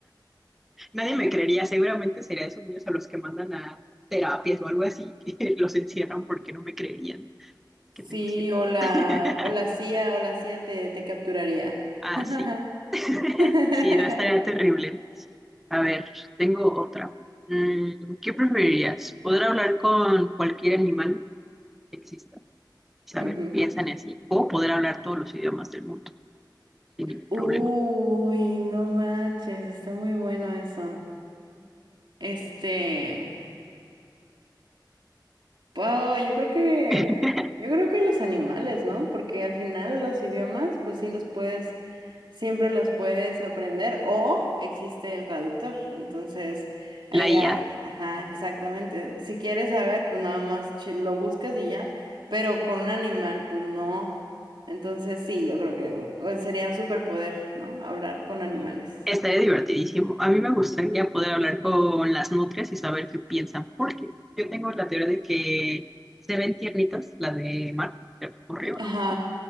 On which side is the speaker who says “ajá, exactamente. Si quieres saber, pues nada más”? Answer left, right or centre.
Right